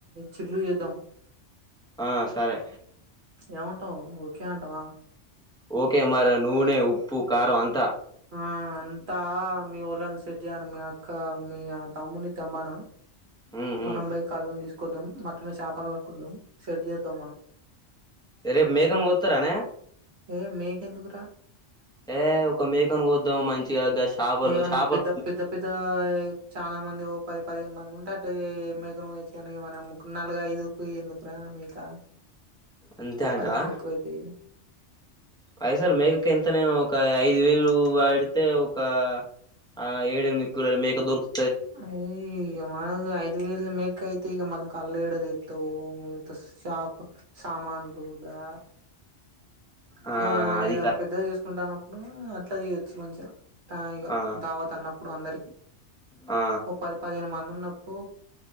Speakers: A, on the right; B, in the centre.
A: చిల్లు చేద్దాం
B: ఆ సరే
A: ఏమంటావు ఒకే అంటావా
B: ఓకే మరి నూనె ఉప్పు ఖారం అంత
A: ఆ అంతా మీ ఓళని సజను మీ అక్క మీ తమ్ముని తెమ్మాను
B: ఉమ్
A: మనంపైై
B: ఉమ్
A: కాళ్ళని తీసుకొద్దాం మటును చేాపర పట్టుకుొద్దాం షెటి చేద్దాం మనం
B: రేపు మేకం కొత్తరనే
A: ఏ మేక్ ఎందుకు ర
B: ఏ ఒక మేకను కోద్దాం మంచిగా గ చాపలు
A: ఏమన్నా
B: చాపలు
A: పెద్ద పెద్ద పెద్ద చాలా మంది ఓ పది పదిహేను మంది ఉంటారు ఏ మేకు వ మన ము నాలుగగు ఐదుకి ఎందుకురా మేకా
B: అంతే అంటావా
A: పైసలు ఎక్కువైతే
B: పైసలు మేకక ఎంతనే ఒక ఐదు వేలు వాడితే ఒక ఆ ఏడ మేక దొరుకు
A: ఏ అ ఐదు వేల మెకా తు ఇగ కాలే డద దత మ త చాపు సామాన్లుదా
B: ఆ
A: ఇక మనం
B: అది
A: ఏదనా
B: క
A: పెద్దగా చేసుకుంటాన్నప్పుడు అట్లా చేయొచ్చు మంచెం ఇక
B: ఆ
A: దావత అన్నప్పుడు అందరికి
B: ఆ
A: ఓ పది పదిహేను మంది ఉన్న సో